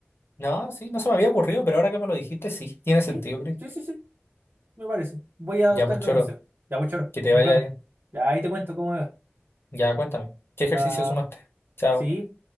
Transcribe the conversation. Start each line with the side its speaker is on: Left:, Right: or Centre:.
Left: No, sí, no se me había ocurrido, pero ahora que me lo dijiste, sí, tiene
Right: Sí,
Left: sentido, Chris.
Right: sí, sí, sí, me parece. Voy a adoptar
Left: Ya, pues choro,
Right: tu consejo. Ya, pues, choro,
Left: que te
Right: nos
Left: vaya
Right: vemos.
Left: bien.
Right: Ya ahí te cuento cómo me va.
Left: Ya, cuéntame, ¿qué ejercicio
Right: Chao.
Left: sumaste? Chao.
Right: Sí.